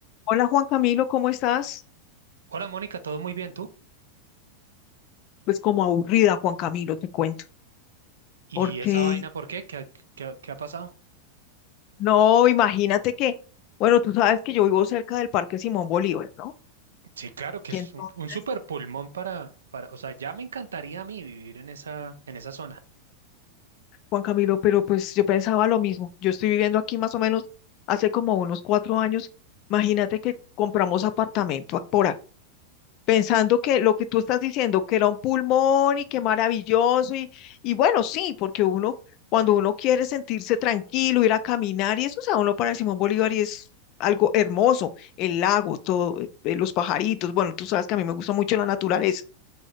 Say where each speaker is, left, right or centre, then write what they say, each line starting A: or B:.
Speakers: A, on the left; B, on the right.
A: Hola Juan Camilo, ¿cómo estás?
B: Hola Mónica, todo muy bien, ¿tú?
A: Pues como aburrida, Juan Camilo, te cuento,
B: ¿Y
A: porque
B: esa vaina por qué? ¿Qué, ha qué qué ha pasado?
A: no, imagínate que, bueno, tú sabes que yo vivo cerca del Parque Simón Bolívar, ¿no?
B: Sí, claro que
A: Y
B: es
A: entonces,
B: un, un super pulmón para, para, o sea, ya me encantaría a mí vivir en esa, en esa zona.
A: Juan Camilo, pero pues yo pensaba lo mismo, yo estoy viviendo aquí más o menos hace como unos cuatro años, imagínate que compramos apartamento a- por pensando que lo que tú estás diciendo, que era un pulmón y que maravilloso, y, y bueno, sí, porque uno, cuando uno quiere sentirse tranquilo, ir a caminar, y eso, o sea, uno para Simón Bolívar y es algo hermoso, el lago, todo, eh, eh, los pajaritos, bueno, tú sabes que a mí me gusta mucho la naturaleza,